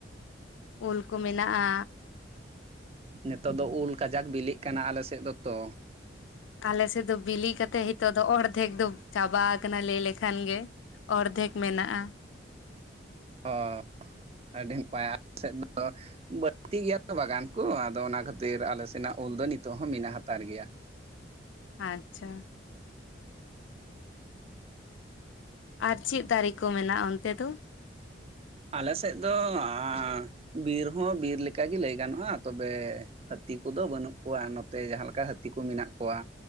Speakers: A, on the left; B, on the right.
A: ᱩᱞ ᱠᱚ ᱢᱮᱱᱟᱜᱼᱟ᱾
B: ᱱᱤᱛᱳᱜ ᱫᱚ ᱩᱞ ᱠᱟᱡᱟᱠ ᱵᱤᱞᱤᱜ ᱠᱟᱱᱟ ᱟᱞᱮ ᱥᱮᱫ ᱫᱚᱛᱚ
A: ᱟᱞᱮ ᱥᱮᱫ ᱫᱚ ᱵᱤᱞᱤ ᱠᱟᱛᱮᱜ ᱱᱤᱛᱚᱜ ᱫᱚ ᱚᱨᱫᱷᱮᱠ ᱫᱚ ᱪᱟᱵᱟ ᱟᱠᱟᱱᱟ ᱞᱟᱹᱭ ᱞᱮᱠᱷᱟᱱ ᱜᱮ ᱚᱨᱫᱷᱮᱠ ᱢᱮᱱᱟᱜᱼᱟ᱾
B: ᱚ ᱟᱹᱰᱤ ᱱᱟᱯᱟᱭ <unintelligible> ᱟᱞᱮ ᱥᱮᱫ ᱫᱚ ᱵᱟᱹᱲᱛᱤ ᱜᱮᱭᱟ ᱛᱚ ᱵᱟᱜᱟᱱ ᱠᱚ ᱟᱫᱚ ᱚᱱᱟ ᱠᱷᱟᱹᱛᱤᱨ ᱟᱞᱮ ᱥᱮᱱᱟᱜ ᱩᱞ ᱫᱚ ᱱᱤᱛᱚᱜ ᱦᱚᱸ ᱢᱮᱱᱟᱜ ᱦᱟᱛᱟᱲ ᱜᱮᱭᱟ᱾
A: ᱟᱪᱪᱷᱟ ᱟᱨ ᱪᱮᱫ ᱫᱟᱨᱮ ᱠᱚ ᱢᱮᱱᱟᱜᱼᱟ ᱚᱱᱛᱮ ᱫᱚ?
B: ᱟᱞᱮᱥᱮᱫ ᱫᱚ ᱟᱸᱻ ᱵᱤᱨ ᱦᱚᱸ ᱵᱤᱨ ᱞᱮᱠᱟᱜᱮ ᱞᱟᱹᱭ ᱜᱟᱱᱚᱜᱼᱟ ᱛᱚᱵᱮ ᱦᱟᱹᱛᱤ ᱠᱚᱫᱚ ᱵᱟᱹᱱᱩᱜ ᱠᱚᱣᱟ ᱱᱚᱛᱮ ᱡᱟᱦᱟᱸ ᱞᱮᱠᱟ ᱦᱟᱹᱛᱤ ᱠᱚ ᱢᱮᱱᱟᱜ ᱠᱚᱣᱟ᱾